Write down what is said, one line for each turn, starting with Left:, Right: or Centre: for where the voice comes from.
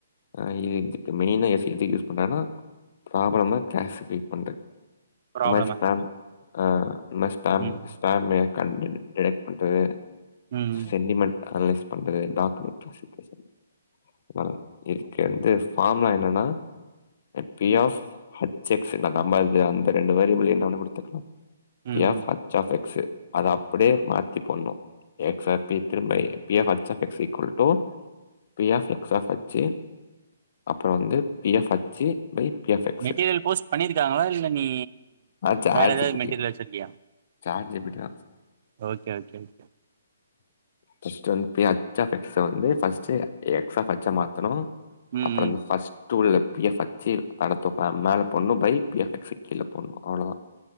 Left: அ இதுக்கு மெயின்னா கேஸ் எதுக்கு யூஸ் பண்ணுறன்னா ப்ராப்ளம கேஷ் ஃபை பண்றக்கு இந்த
Right: ப்ராப்ளமா
Left: மாறி ஸ்டாம் அ இந்த மாறி ஸ்டாம்
Right: ம்
Left: ஸ்டாமு கண்டு டிடக்டக் பண்றது
Right: ம்
Left: சென்டிமெண்ட் அனலைஸ் பண்றது டாக்குமெண்ட் <unintelligible> <unintelligible> இக்கு வந்து ஃபார்ம்லா என்னன்னா அது பி ஆஃப் ஹச் எக்ஸ் அந்த மாறி அந்த ரெண்டு வேறியபுள்ளயு கண்டுபுடிச்சு எடுத்துக்கலா
Right: ம்
Left: பி ஆஃப்
Right: ம்
Left: ஹச் ஆஃப் எக்ஸ்சு அத அப்டியே மாத்தி போட்ணு எக்ஸ் ஆ பி திரும்ப P of H of X equal to P of X of H அப்றோ வந்து P of H wait P of X
Right: material post பண்ணியிருக்காங்களா இல்ல நீ
Left: சேட்ஜிபிட்டி
Right: வேற ஏதாவது மெட்டீரியல் வச்சிருக்கியா
Left: சேட்சிபிட்டிதா
Right: ஓக்கே ஓக்கே ஓக்கே
Left: <unintelligible> ஃப்ர்ஸ்ட் வந்து H of எக்ஸ்ச first X of ஹேச்சா மாத்தணு
Right: ம்
Left: அப்றோ
Right: ம்
Left: ஃபர்ஸ்ட் டூல்ல பிஎப் ஹச்சு அடுத்த பார்முலா மேல போட்ணு பை பி ஆஃப் எக்ஸ்சு கீழ போட்ணு அவ்ளதா